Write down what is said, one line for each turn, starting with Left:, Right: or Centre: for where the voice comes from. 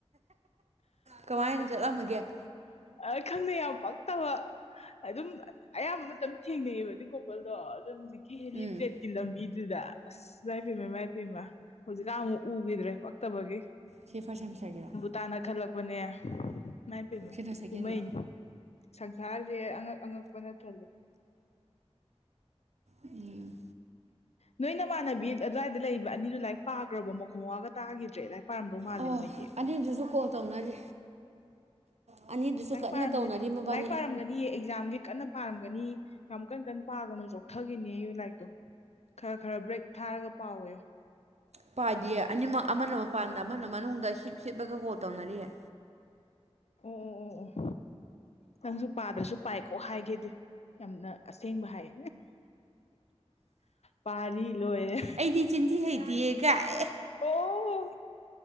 Right: ꯀꯃꯥꯏꯅ ꯆꯠꯂꯝꯃꯒꯦ
Left: ꯑ ꯈꯪꯗꯦ ꯌꯥꯝ ꯄꯛꯇꯕ ꯑꯗꯨꯝ ꯑꯌꯥꯝꯕ ꯃꯇꯝ ꯊꯦꯡꯅꯩꯑꯕꯗꯤ ꯀꯣꯄꯜꯗꯣ ꯑꯗꯣ ꯍꯧꯖꯤꯛꯀꯤ ꯍꯦꯂꯤꯄ꯭ꯔꯦꯠꯀꯤ
Right: ꯎꯝ
Left: ꯂꯝꯕꯤꯗ ꯑꯗꯨꯗ ꯑꯁ ꯃꯥꯏ ꯄꯦꯝꯃ ꯃꯥꯏ ꯄꯦꯝꯃ ꯍꯧꯖꯤꯛꯀꯥꯟ ꯑꯃꯨꯛ ꯎꯈꯤꯗ꯭ꯔꯦ ꯄꯛꯇꯕꯒꯤ
Right: ꯁꯤꯐꯥ ꯁꯝꯁꯒꯤꯔ
Left: ꯇꯥꯅ ꯈꯜꯂꯛꯄꯅꯦ ꯅꯥꯄꯦꯝꯃ
Right: ꯁꯤꯅ ꯁꯦꯀꯦꯟꯒꯤ
Left: ꯀꯨꯝꯍꯩꯅꯤ ꯁꯪꯁꯥꯔ ꯑꯉꯛ ꯑꯉꯛꯄꯅ ꯊꯜꯂ
Right: ꯎꯝ
Left: ꯅꯣꯏ ꯅꯃꯥꯟꯅꯕꯤ ꯑꯗꯨꯋꯥꯏꯗ ꯂꯩꯕ ꯑꯅꯤꯗꯨꯣ ꯂꯥꯏꯔꯤꯛ ꯄꯥꯈ꯭ꯔꯕꯣ ꯃꯈꯣꯡ ꯃꯋꯥꯒ ꯇꯥꯈꯤꯗ꯭ꯔꯦ ꯂꯥꯏ ꯄꯥꯟꯕꯧ ꯃꯥꯜꯂꯦ
Right: ꯑꯣ
Left: ꯃꯣꯏꯗꯤ
Right: ꯑꯅꯤꯗꯨꯁꯨ ꯀꯣꯜ ꯇꯧꯅꯔꯤ ꯑꯅꯤꯗꯨꯁꯨ
Left: ꯂꯥꯏꯔꯤꯛ
Right: ꯀꯟꯅ
Left: ꯄꯥꯔꯝꯅꯤꯗ
Right: ꯇꯧꯅꯔꯤ ꯃꯕꯥꯅꯤ
Left: ꯂꯥꯏꯔꯤꯛ ꯄꯥꯔꯝꯒꯅꯤꯌꯦ ꯑꯦꯛꯖꯥꯝꯒꯤ ꯀꯟꯅ ꯄꯥꯔꯝꯒꯅꯤ ꯌꯥꯝ ꯀꯟ ꯀꯟ ꯄꯥꯒꯅꯨ ꯆꯣꯛꯊꯈꯤꯅꯦ ꯑꯩ ꯂꯥꯏꯔꯤꯛꯇꯣ ꯈꯔ ꯈꯔ ꯕ꯭ꯔꯦꯛ ꯊꯥꯔꯒ ꯄꯥꯎ ꯑꯥꯌꯣ
Right: ꯄꯥꯗꯤꯌꯦ ꯑꯅꯤꯃꯛ ꯑꯃꯅ ꯃꯄꯥꯟꯗ ꯑꯃꯅ ꯃꯅꯨꯡꯗ ꯁꯤꯞ ꯁꯤꯞꯂꯒ ꯀꯣꯜ ꯇꯧꯅꯔꯤꯑ
Left: ꯑꯣ ꯑꯣ ꯑꯣ ꯑꯣ ꯅꯪꯁꯨ ꯄꯥꯗ꯭ꯔꯁꯨ ꯄꯥꯏꯀꯣ ꯍꯥꯏꯒꯦꯗꯤ ꯌꯥꯝꯅ ꯑꯁꯦꯡꯕ ꯍꯥꯏ ꯄꯥꯔꯤ ꯂꯣꯏꯔꯦ
Right: ꯑꯩꯗꯤ ꯆꯤꯟꯊꯤ ꯍꯩꯇꯤꯌꯦ ꯀꯥꯏ
Left: ꯑꯣ